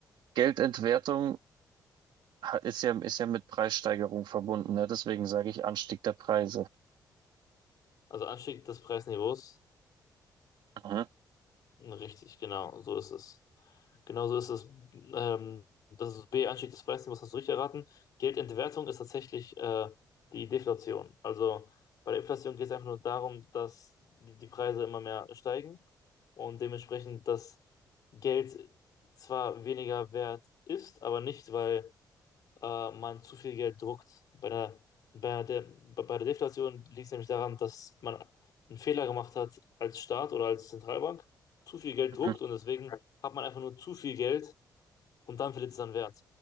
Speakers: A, on the right; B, on the left.
A: Geldentwertung ha- ist ja, ist ja mit Preissteigerung verbunden, ne? Deswegen sage ich Anstieg der Preise.
B: also Anstieg des Preisniveaus.
A: Mhm,
B: Richtig, genau, so ist es. Genau so ist es. Ähm, das ist B, Anstieg des Preisniveaus, hast du richtig erraten. Geldentwertung ist tatsächlich äh, die Deflation. Also bei der Inflation geht es einfach nur darum, dass die, die Preise immer mehr steigen und dementsprechend das Geld zwar weniger wert ist, aber nicht, weil äh, man zu viel Geld druckt. Bei der, bei der De bei der Deflation liegt es nämlich daran, dass man einen Fehler gemacht hat als Staat oder als Zentralbank, zu viel Geld
A: mhm,
B: druckt und deswegen hat man einfach nur zu viel Geld und dann verliert es seinen Wert.